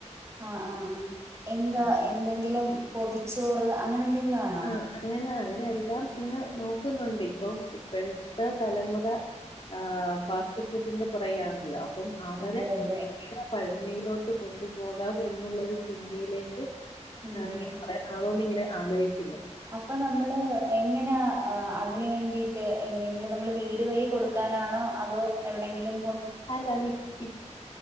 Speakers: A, on the right; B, on the left.
A: ആഹ് ആഹ് ആഹ് എന്താ
B: ആഹ്
A: എന്തെങ്കിലും പൊതിച്ചോറ് അങ്ങനെ എന്തെങ്കിലും ആണൊ?
B: ആഹ് അങ്ങനെ അങ്ങനെ എല്ലാം ഇങ്ങനെ നോക്കുന്നുണ്ട് ഇപ്പം ഇപ്പോഴത്തെ തലമുറ ആഹ് ഫാസ്റ്റ് ഫുഡിന്റെ പുറകെയാണല്ലോ അപ്പം അവരെ
A: അതെ അതെ
B: ഇതാ പഴമയിലോട്ട് കൊണ്ടുപോകാമെന്ന്ള്ളൊരു ചിന്തയിലേക്ക്
A: ഉം
B: ഞാങ്ങനെ
A: ഉം
B: പറയാ ആളോണ്ട്ങ്ങനെ ആലോയ്ക്ക്ന്നു
A: അപ്പ നമ്മള് എങ്ങനാ അതിന്വേണ്ടിട്ട് എന്തെങ്കിലും നമ്മൾ വീട് വഴി കൊടുക്കാനാണോ, അതോ എവ്ടെങ്കിലും
B: അല്ല വി ഇപ്